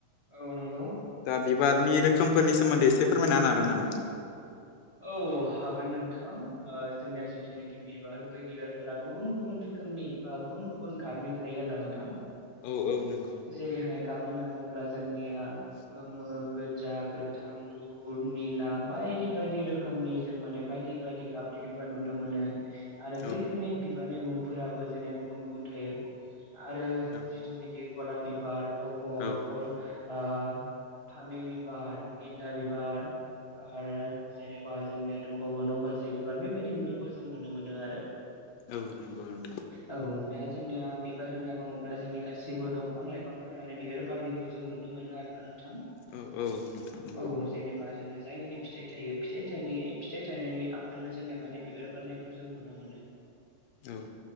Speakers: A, on the left (about 25°); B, on the left (about 80°).
A: औ नंगौ
B: दा बिबारनि रोखोमफोरनि सोमोन्दै एसे फोरमायना होनो हागोन नामा?
A: औ हागोन नोंथां ओ-जोंनिया जिथुनिकि बि बार बै बिबारफोरा गुबुन गुबुन रोखोमनि बा गुबुन गुबुन गाबनि थायो आरो ना नोंथां।
B: औ औ नोंगौ।
A: जेरैहाय गाब होनना बुङोब्ला जोंनिया गोमो गोद ज्जा गोथां गुफुर निला बायदि बायदि रोखोमनि जों माने बायदि बायदि गाबनि बिबार नुनो मोनो। आरो
B: औ
A: बैफोरनि बिबारनि मुंफोराबो जोंनिया गुबुन गुबुन थायो आरो
B: औ
A: जिथुनिकि गलाब बिबार तगर
B: औ
A: गल
B: औ
A: ओ फामे बिबार, गेन्दा बिबार, आर जेनेबा जोंनिया दंबावो न' बाजि बिबार बेबायदि बिबारखौ जों नुनो मोनो आरो।
B: औ नंगौ नोंथां।
A: औ दा जोंनिया बिबार होनना बुङोब्ला जोंनि गासिबो दंफां लाइफांफोरानो बिबार बारनिखौ जों नुनो मोनो आर नोंथां
B: औ औ नोंथां नंगौ
A: औ जेनेबा जों जायनिखि फिथाइ थायो। फिथाइ थाइ फिथाइ थाइनि आगोलनो जोङो माने बिबार बारनायखौ जों नुनो मोनो।
B: औ